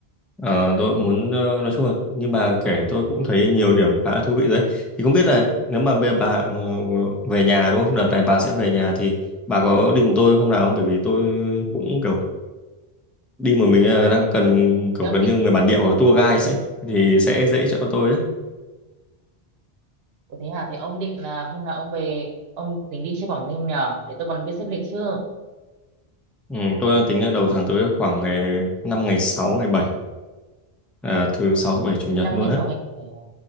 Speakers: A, in the centre; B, on the right.
A: Ờ, tôi muốn ờ, nói chung là như bà kể tôi cũng thấy nhiều điểm khá thú vị đấy. Thì không biết là nếu mà bây giờ bà ờ, về nhà đúng không? Đợt này bà sẽ về nhà thì bà có đi cùng tôi hôm nào không? Bởi vì tôi cũng kiểu đi một mình ờ, đang cần kiểu
B: thế ông
A: gần
B: tính
A: như người bản địa hoặc tour
B: Ồ,
A: guide ấy thì sẽ dễ cho tôi ấy.
B: ồ, thế hả thế ông định là hôm nào ông về ông tính đi chơi Quảng Ninh nhờ để tôi còn biết xếp lịch chứ
A: Ừ, tôi đang tính là đầu tháng tới khoảng ngày 5 ngày 6 ngày 7, à, thứ 6 thứ 7 chủ nhật
B: năm
A: luôn
B: ngày
A: á.
B: sáu ngày bảy à?